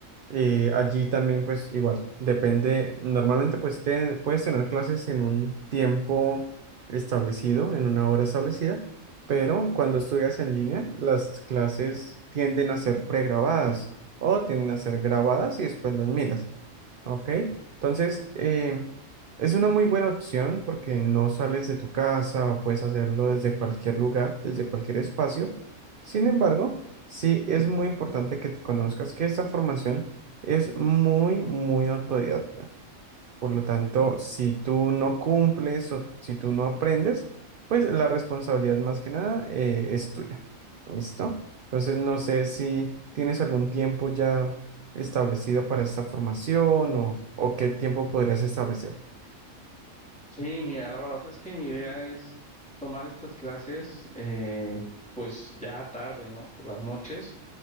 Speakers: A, on the right (about 50°); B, in the centre.
A: Eh, allí también, pues igual, depende, normalmente pues te- puedes tener clases en un tiempo establecido, en una hora establecida, pero cuando estudias en línea, las clases tienden a ser pregrabadas o tienden a ser grabadas y después las miras. Ok, entonces eh, es una muy buena opción porque no sales de tu casa o puedes hacerlo desde cualquier lugar, desde cualquier espacio. Sin embargo, sí es muy importante que te conozcas que esta formación es muy, muy autodidacta. Por lo tanto, si tú no cumples o si tú no aprendes, pues la responsabilidad más que nada eh, es tuya. ¿Listo? Entonces, no sé si tienes algún tiempo ya establecido para esta formación o, o qué tiempo podrías establecer.
B: Sí, mira, la verdad es que mi idea es tomar estas clases, eh, pues ya tarde, ¿no? Por las noches.